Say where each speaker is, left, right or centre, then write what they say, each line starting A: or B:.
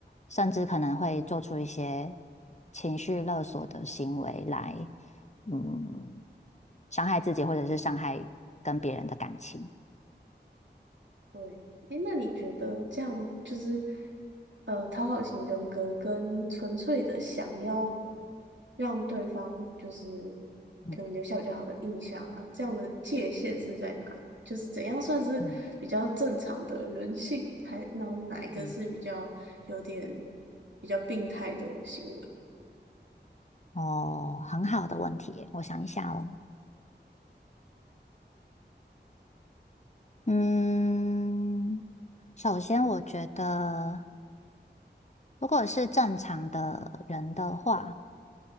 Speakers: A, on the left (about 40°); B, on the right (about 80°).
A: 甚至可能会做出一些情绪勒索的行为来，嗯，伤害自己或者是伤害跟别人的感情。
B: 对，哎，那你觉得这样就是，呃，讨好型人格跟纯粹的想要让对方就是
A: 嗯
B: 可能留下比较好的印象啊，这样的界限是在哪里？就是怎样算是比较正常的人性，
A: 嗯，
B: 还然后哪一个是比较有点
A: 嗯，
B: 比较病态的行为，
A: 哦，很好的问题耶我想一下哦。嗯，首先我觉得，如果是正常的人的话，